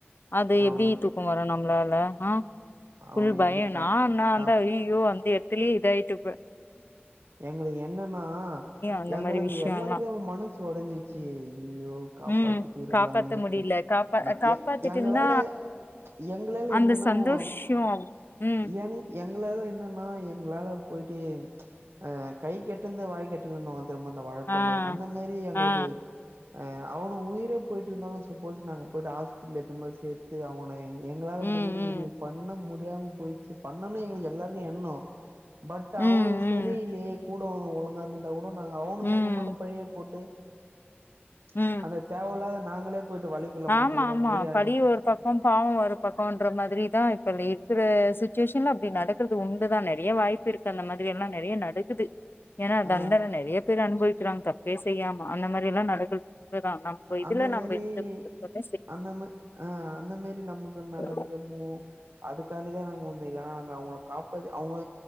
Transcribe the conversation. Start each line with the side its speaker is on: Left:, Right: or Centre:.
Left: அது
Right: அவ
Left: எப்டி தூக்கம் வரனு உங்களால ஆ
Right: அவங்க
Left: ஃபுல் பயோ
Right: எப்டி கா
Left: நா நா
Right: காப்
Left: அந்த ஐயோ அந்த எ டத்துலயே இதாயிட்ட அப்ப
Right: எங்களுக்கு என்னன்னா
Left: அந்த
Right: எங்களுக்கு
Left: மாரி விஷயல்லா
Right: எல்லாருக்கு மனசு ஒடஞ்சிச்சு ஐயயோ காப்பாத்திட்டு
Left: ம்
Right: இருக்கலாமே
Left: காப்பாத்த முடியல
Right: கு
Left: காப்பா
Right: நா
Left: காப்பாத்திட்டு
Right: எ எங்களால
Left: இருந்தா
Right: எங்களால
Left: அந்த
Right: என்னன்னா
Left: சந்தோஷோ
Right: ஒ
Left: ம்
Right: எங் எங்களால என்னன்னா எங்களா ல போயிட்டு ஆ கைக்கு எட்டுனது வாய்க்கு எட்டலனுவாங் திரும்ப அந்த வாழபங்க
Left: ஆ
Right: அந்த மாரி எங்களுக்கு
Left: ஆ
Right: அ அவனு உயிரே போயிட்டு இருந்தாலு சப்போஸ் நாங்க போய்ட்டு ஹாஸ்பிடல எத்து போய் சேத்து அவன எங்களால
Left: ம்
Right: முடிஞ்ச உதவி பண்ண மு யாவு போய்சு பண்ணனு எங்களுக்கு எல்லாருக்கு எண்ணோ பட்
Left: ம் ம்
Right: அவனுங்க
Left: ம்
Right: செரில்லயே கோட் ஓ ஒழுங்கா இந்துருந்தா ஓ நாங்க அவனுங்க
Left: ம்
Right: எங்க மேல பழிய போட்டு ம்ப்ச்
Left: ம்
Right: அது தேவயில்லாத நாங்களே போயிட்டு வலிக்குள்ள மாட்டிக்கிற
Left: ஆமா ஆமா
Right: மாரி ஆயிடு
Left: பழி ஒரு பக்கோ பாவோ ஒரு பக்கோன்ற மாதிரிதா இப்பல இருக்கிற சு சுச்சும்மா அப்டி நடக்கறது உண்டுதா நெறய வாய்ப்பு இருக்கு அந்த மாதிரி எல்லா நெறய நடக்குது ஏனா
Right: ஆ
Left: தண்டன நெறய பேர் அனுபவிக்குறாங்க தப்பே செய்யாம அந்த மாதிரி எல்லா நடக்குது இப்பதா நம்ம இதுல
Right: அந்த
Left: நம்ம
Right: மாரி
Left: இருந்துக்கனு
Right: அந்த மா ஆ அந்த மாதிரி நமக்கு
Left: இருக்கனு
Right: நடந்துருமோ அதுக்கு க்காண்டிதான் நாங்க வந்த இதுவேணாம்னு நாங்க அவுங்களைன காப்ப ப்ப வந்து அவுங்க